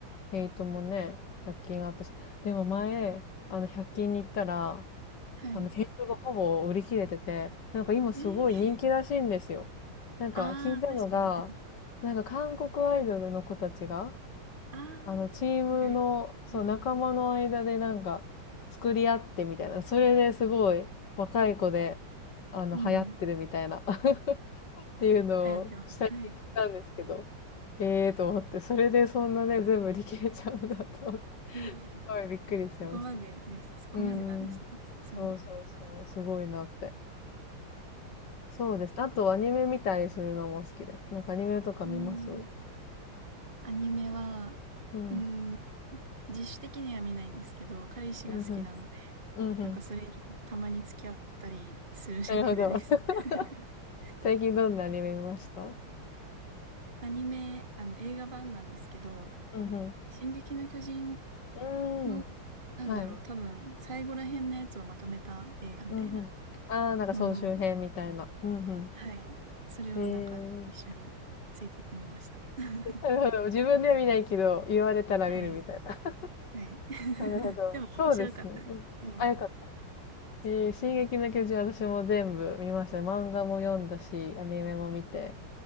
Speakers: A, on the left (about 55°); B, on the right (about 25°).
A: ヘイトもね、100均あったし。でも前、あの、100均に行ったら、
B: はい。
A: あの、ヘイトがほぼ売り切れてて、なんか今すごい人気らしいんですよ。
B: えー、
A: なんか聞いたのが、
B: ああ、確かに。
A: なんか韓国アイドルの子たちが、
B: ああ
A: あの、チームの、
B: ー、わかります。
A: そう、
B: うん。
A: 仲間の間でなんか、作り合ってみたいな。それですごい、若い子で、あの、
B: うん
A: 流行ってるみたいな。<laughs> っていうのを最近知ったんですけど、
B: 流行ってます。はい。
A: ええと思って、それでそんなね、全部売り切れちゃうんだと思って、
B: へえ、
A: すごいびっくりしてました。
B: そこまでです。そこまでなんですね。
A: うんうん。
B: すごい。
A: そうそうそう、すごいなって。そうです。あとアニメ見たりするのも好きで。なんかアニメとか見ます
B: うんアニメは、
A: うん。
B: うーん、自主的には見ないんですけど、彼氏が好きなので、
A: うんうん。うんうん。
B: なんかそれにたまに付き合ったりするレベルです。
A: なるほど。<laughs>
B: <laughs>
A: 最近どんなアニメ見ました
B: アニメ、あの映画版なんですけど、
A: うんう
B: 進撃の巨人
A: ん。
B: の、
A: うーん。
B: なんだろう、
A: はい。
B: 多分最後ら辺のやつをまとめた映画みたいな
A: うんうん。ああ、なんか総集編みたいな。
B: のを、
A: うんう
B: はい、それをなんか一緒についていってみました。
A: ん。へえ。
B: <laughs>
A: なるほど。自分では見ないけど、言われたら見るみたいな。
B: はい、はい。<laughs>
A: <laughs> なるほど。
B: でも面白かったです。
A: そうですね。うん。
B: うん。
A: あ、よかった。し、進撃の巨人私も全部見ました。漫画も読んだし、アニメも見て。